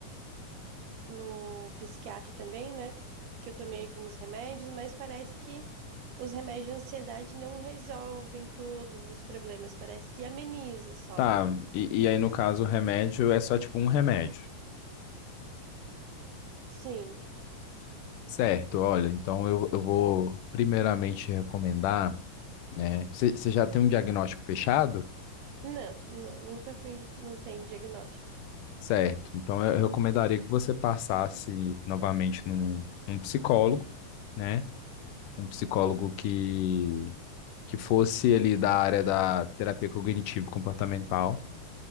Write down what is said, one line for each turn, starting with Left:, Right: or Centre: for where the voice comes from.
Right: no psiquiatra também, né? Que eu tomei alguns remédios, mas parece que os remédios de ansiedade não resolvem todos os problemas, parece que ameniza só.
Left: Tá, e, e aí no caso o remédio é só tipo um remédio.
Right: Sim.
Left: Certo, olha, então eu, eu vou primeiramente recomendar, né? Você já tem um diagnóstico fechado?
Right: Não, não, nunca fui, não tem diagnóstico.
Left: Certo, então eu, eu recomendaria que você passasse novamente num, num psicólogo, né? Um psicólogo que, que fosse ali da área da terapia cognitivo-comportamental